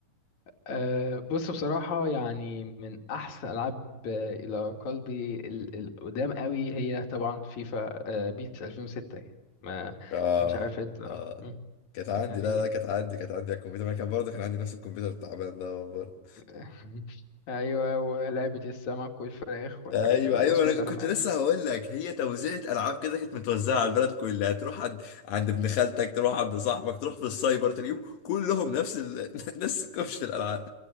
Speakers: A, on the left; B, on the left.
A: أه بص بصراحة يعني من أحسن ألعاب آه، إلى قلبي ال- القدام قوي هي طبعا فيفا أه بيس 2006 يعني ما
B: <laughs> اه
A: مش عارف أنت آه،
B: اه
A: مم.
B: كانت عندي
A: يعني
B: لا لا كانت عندي كانت عندي على الكمبيوتر ما أنا كان برضه كان عندي نفس الكمبيوتر التعبان ده برضه
A: <laughs> أيوة ولعبة السمك والفراخ والحاجات
B: ايوه
A: ال...
B: ايوه
A: وسبايدر
B: انا كنت
A: مان
B: لسه هقول لك هي توزيعة العاب كده كانت متوزعه على البلد كلها تروح عند عند ابن خالتك تروح عند صاحبك تروح في السايبر تلاقيهم كلهم نفس ال... <laughs> نفس كفشه الالعاب